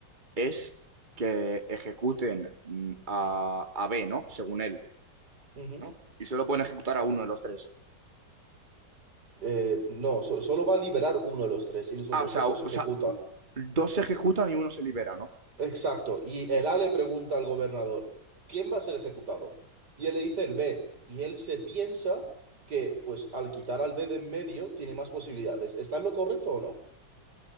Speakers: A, on the right; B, on the right.
A: es que ejecuten mm, a, a B, ¿no? Según él,
B: Ujú.
A: ¿no? Y solo pueden ejecutar a uno de los tres.
B: Eh, no, so- solo va a liberar uno de los tres y los otros
A: Ah, o sea,
B: dos
A: o,
B: los
A: o
B: ejecuta.
A: sea, dos se ejecutan y uno se libera, ¿no?
B: Exacto. Y el A le pregunta al gobernador, ¿quién va a ser ejecutado? Y él le dice el B. Y él se piensa que, pues, al quitar al B de en medio, tiene más posibilidades. ¿Está en lo correcto o no?